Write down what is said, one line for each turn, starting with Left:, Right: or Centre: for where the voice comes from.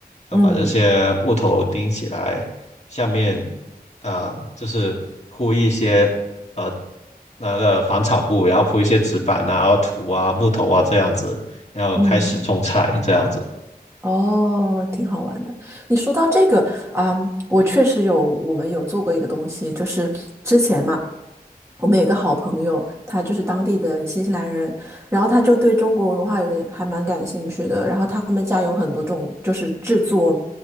Left: 然后把这些木头钉起来，
Right: 嗯
Left: 下面啊、就是铺一些呃那个防草布，然后铺一些纸板啊、土啊、木头啊这样子。要开始种菜这样子。
Right: 嗯，哦，挺好玩的。你说到这个啊，我确实有，我们有做过一个东西，就是之前嘛。我们有一个好朋友，他就是当地的新西兰人，然后他就对中国文化有点还蛮感兴趣的。然后他们家有很多这种就是制作，